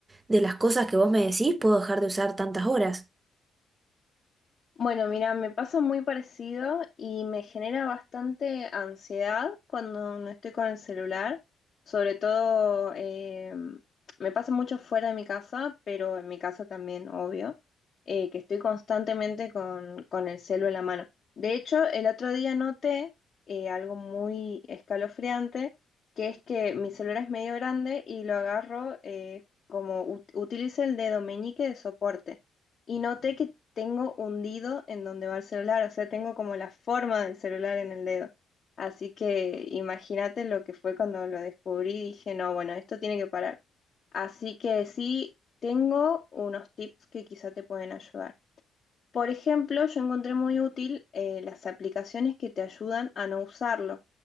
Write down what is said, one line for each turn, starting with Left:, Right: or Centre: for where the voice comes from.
Right: de las cosas que vos me decís puedo dejar de usar tantas horas.
Left: Bueno, mira, me pasa muy parecido y me genera bastante ansiedad cuando no estoy con el celular. Sobre todo, eh, me pasa mucho fuera de mi casa, pero en mi casa también, obvio, eh, que estoy constantemente con, con el celu en la mano. De hecho, el otro día noté eh, algo muy escalofriante, que es que mi celular es medio grande y lo agarro eh, como ut- utilizo el dedo meñique de soporte y noté que tengo hundido en donde va el celular, o sea, tengo como la forma del celular en el dedo. Así que imagínate lo que fue cuando lo descubrí, dije, no, bueno, esto tiene que parar. Así que sí, tengo unos tips que quizá te pueden ayudar. Por ejemplo, yo encontré muy útil eh, las aplicaciones que te ayudan a no usarlo.